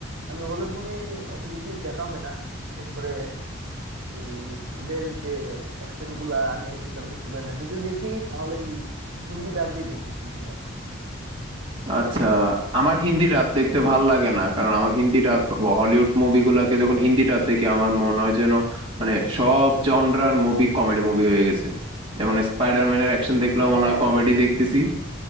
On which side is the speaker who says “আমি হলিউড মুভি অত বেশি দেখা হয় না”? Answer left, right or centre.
Right